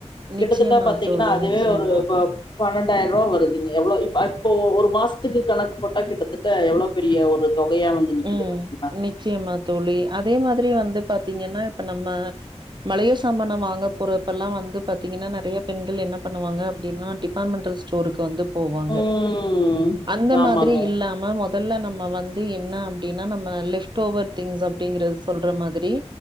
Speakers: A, on the right; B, on the left.
A: நிச்சயமா
B: கிட்டத்தட்ட பாத்தீங்கன்னா
A: தோழி,
B: அதுவே
A: நிச்சயமா.
B: ஒரு இப்ப பன்னெண்டாயிருவா வருதுங்க எவ்ளோ இப்ப இப்போ ஒரு மாசத்துக்கு கணக்கு போட்டா கிட்டத்தட்ட எவ்ளோ பெரிய ஒரு தொகையா வந்து நிக்குது
A: ம்
B: பாத்தீங்களா
A: நிச்சயமா தோழி அதே மாதிரி வந்து பாத்தீங்கன்னா இப்ப நம்ம மளிக சாமான வாங்க போறப்பெல்லா வந்து பாத்தீங்கன்னா நெறைய பெண்கள் என்ன பண்ணுவாங்க அப்டின்னா டிபார்ட்மெண்டல் ஸ் ஸ்டோருக்கு வந்து போவாங்க
B: ம்
A: அந்த
B: ஆமாங்க
A: மாதிரி இல்லாம மொதல்ல நம்ம வந்து எ ன்ன அப்டின்னா நம்ம லெஃப்ட் ஓவர் திங்ஸ் அப்டிங்கறது சொல்ற மாதிரி